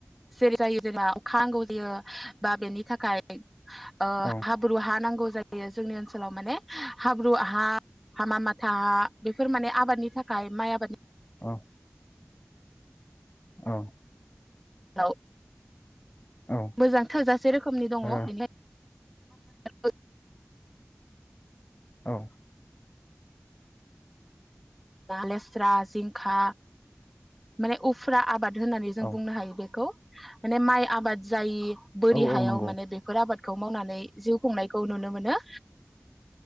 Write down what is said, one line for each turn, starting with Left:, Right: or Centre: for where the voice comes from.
Centre: जेरै जायो जेनेबा अखा नांगौ जायो बा बेनि थाखाय ओ
Left: औ
Centre: हाब्रु हा नांगौ जायो जोंनि ओनसोलाव माने हाब्रु हा हामा माथा हा बे बेफोर माने आबादनि थाखाय माइ आबादनि
Left: अ औ
Centre: औ
Left: औ
Centre: मोजां थोजासे रोखोमनि दङ
Left: ओ
Centre: बेनि- <unintelligible>
Left: औ
Centre: लेस्रा जिंखा माने उफ्रा आबाद होननानै जों
Left: औ
Centre: बुंनो हायो बेखौ माने माइ आबाद जायि बोरि
Left: औ औ
Centre: हायाव
Left: नंगौ
Centre: माने बेफोर आबाद खौ मावनानै जिउ खुंनायखौ नुनो मोनो